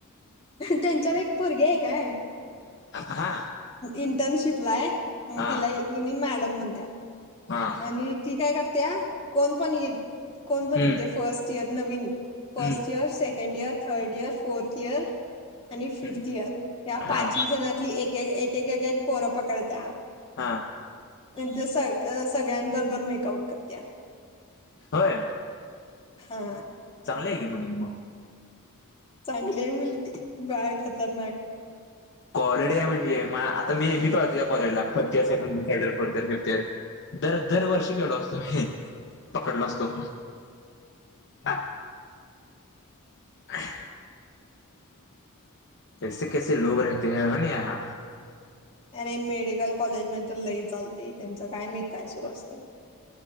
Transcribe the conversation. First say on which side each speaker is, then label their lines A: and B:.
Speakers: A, on the left; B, on the left.
A: त्यांच्यात एक परगे एकय
B: हा
A: इंटर्नशिप ब्लाय मग
B: हा
A: तिला इ मॅडम म्हणत्यात
B: हा
A: आणि ती काय करते त्या कोण पण कोणपण
B: हम्म
A: होते फर्स्ट इयर नवीन first
B: हम्म
A: year second year third year fourth कर आणि फिफ्थ
B: हम्म
A: इयर ह्या
B: हा
A: पाच जणातली एक व एक पोरं पकडत
B: हा
A: म्ह ज स सगळ्यांबरोबर मेकआउट करत्या
B: होय
A: हा
B: चांगले आहे की म्हणे मग
A: चांगली आहे मुलगी बाय खतरनाक
B: कॉलेडी म्हणजे मा आता मी कॉलेजला फर्स्ट इयर <unintelligible> सेकंड थड year fourth year fifth year दर दर वर्षी केलो असतो मी पकडलो असतो हा हा कैसे कैसे लोग राहते है न य <inaudible>
A: अरे मेडिकल कॉलेज म तर लई चालते, त्यांचं काय मत काय सुरू असते.